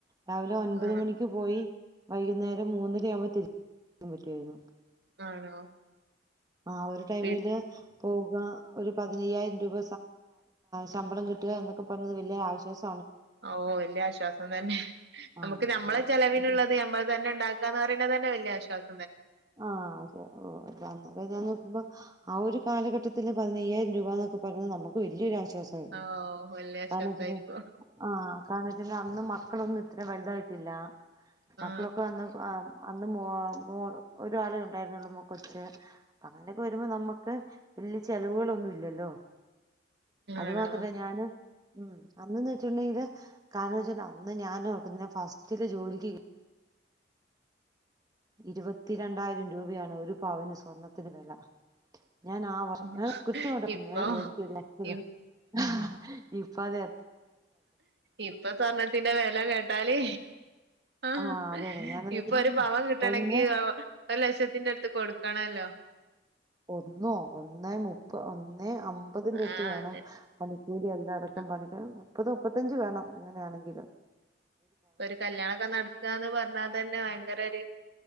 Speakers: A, on the right; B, on the right.
A: രാവിലെ ഒൻപത്
B: ആ
A: മണിക്ക് പോയി വൈകുന്നേരം മൂന്നര ആവുമ്പോൾ തിരിച്ചാൻ പറ്റുവായിരുന്നു
B: ആണോ
A: ആ ഒരു ടൈമില്
B: വീ
A: പോുക ഒരു പതിനയ്യായിരം രൂപ ശമ്പളം കിട്ടുക എന്നൊക്കെ പറഞ്ഞത് വലിയ ആശ്വാസ
B: ഓ വലിയ ആശ്വാസം തന്നെ നമുക്ക്
A: ആ
B: നമ്മളെ
A: ആ
B: ചെലവിനുള്ളത് അതന്നെ ഇണ്ടാക്ക എന്ന് പറയുന്നത് തന്നെ വല്ല്യ ആശ്വാസ
A: ആഹ് അത് ശ ഓ <unintelligible> നിക്കുമ്പോ ആ ഒരു കാലഘട്ടത്തില് പതിനയ്യായിരം രൂപ എന്നൊക്കെ പറഞ്ഞ നമുക്ക് വല്ല്യരു ആശ്വാ ശ്വാസായിരുന്നു
B: ഓ വല്യ ആശ്വാസായിരിക്കും
A: കാരണംച്ച്ഴിഞ്ഞാ ആ കാരണന്നെച്ച്അന്നും മക്കളൊന്നും ഇത്ര വലുതായിട്ടില്ല
B: ആ
A: മക്കളൊക്കെ അന്ന് ആ അ ന്ന് മോ മോള് ഒരാളെ ഉണ്ടായിരുന്നുള്ളു മൊ കൊച്ച് അങ്ങനെക്കെ വരുമ്പോ നമ്മുക്ക് വല്യ ചെലവുകളൊന്നും ഇല്ലല്ലോ അത്
B: ആണോ
A: മാത്രല്ലേ ഞാന് ഉം അന്ന്ന്ന് വെച്ചിട്ടുണ്ടെങ്കില് കാരണം വച്ച അന്ന് ഞാനും ഓർക്കുന്ന് ഞാ ഫസ്റ്റില് ജോലിക്ക് കേ ഇരുപത്തിരണ്ടായിരം രൂപയാണ് ഒരു പവന് സ്വർണ്ണത്തിന് വെല ഞാൻ ആ വർഷം
B: ഉം.
A: ഞാൻ കൃത്യമായിട്ട് ഓർക്കുന്നു
B: ഇപ്പൊ
A: ഞാൻ ജോലിക്ക് കേറി
B: ഇ-
A: <unintelligible> ഇപ്പൊ അതെ
B: ഇപ്പൊ സ്വർണത്തിന്റെ വെല കേട്ടാല് എ്
A: ആ അത് തന്നെ ഞാൻ എന്നിട്ട്
B: ഇപ്പൊ ഒരു പവൻ കിട്ട
A: കഴിഞ്ഞ
B: ട്ടണെങ്കി അവഒരു ലക്ഷത്തിന്റെ അടുത്ത് കൊടു ക്കണല്ലോ
A: ഒന്നോ ഒന്നേ മുപ്പ ഒന്ന് ന്നേഅമ്പതിന്റെ അടുത്ത്
B: ആ
A: വേണം
B: അതന്നെ
A: പണിക്കൂലി എല്ലാം അടക്കം
B: ആ
A: പണിക്കൂ മുപ്പത് മുപ്പത്തഞ്ച് വേണം എങ്ങനെയാണെങ്കിലും
B: ഒരു കല്ല്യാണൊക്കെ നടക്കാന്ന് പറഞ്ഞാ തന്നെ ഭയങ്കര ഒരു